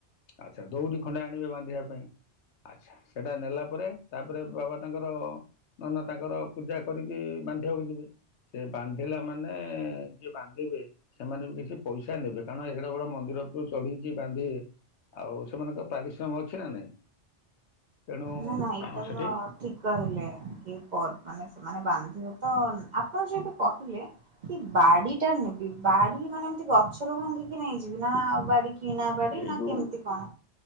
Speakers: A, on the left (about 75°); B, on the right (about 55°).
A: ଆଚ୍ଛା ଦୋଉଡି ଖଣ୍ଡେ ଆଣିବେ ବାନ୍ଧିବା ପାଇଁ। ଆଚ୍ଛା ସେଟା ନେଲା ପରେ ତାପରେ ବାବା ତାଙ୍କର ନନା ତାଙ୍କର ପୂଜା କରିକି ବାନ୍ଧିବାକୁ ଯିବେ। ସେ ବାନ୍ଧିଲା ମାନେ ଯିଏ ବାନ୍ଧିବେ ସେମାନେ ବି କିଛି ପଇସା ନେବେ କାରଣ ଏଡ଼େ ଗୋଟେ ମନ୍ଦିର ଉପରୁ ଚଢିକି ବାନ୍ଧେ ଆଉ ସେମାନଙ୍କର ପାରିଶ୍ରମ ଅଛି ନାଁ ନାଇଁ। ତେଣୁ
B: ନାଁ ନାଁ ଏଇଟା
A: ସେଠି
B: ତ ଠିକ କହିଲେ କି ପର୍ ମାନେ ସେମାନେ ବାନ୍ ଉଁ ତ ଆପଣ ଯେହେତୁ କହିଲେ କି ବାଡି଼ଟା ନେବି ବାଡ଼ି ମାନେ ଏମତି ଗଛରୁ ଭାଙ୍ଗିକି ନେଇଯିବି ନାଁ ଆଉ ବାଡି କିଣା ବାଡ଼ି
A: ଏଇ
B: ନାଁ
A: ଯୋଉ
B: କେମିତି କଣ?